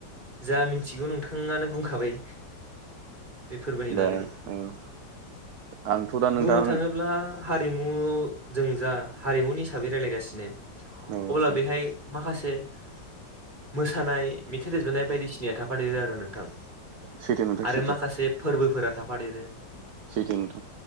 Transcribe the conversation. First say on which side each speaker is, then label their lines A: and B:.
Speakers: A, on the right (about 25°); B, on the right (about 65°).
A: जा मिथिगौ नोंथाङानो बुंखाबाय बे फोरबोनि
B: दा
A: बागै
B: औ आंथ' दा नोंथां
A: बुंनो
B: औ
A: थाङोब्ला हारिमु जों जा हारिमुनि हिसाबै रायज्लायगासिनो अब्ला
B: नोंथां
A: बेहाय माखासे <unintelligible> मोसानाय मेथाइ रोजनाय बायदिसिनाया थाफादेरो आरो नोंथां
B: सैथो नोंथां
A: आरो
B: सैथो
A: माखासे फोरबोफोरा था थाफादेरो
B: सैथो नोंथां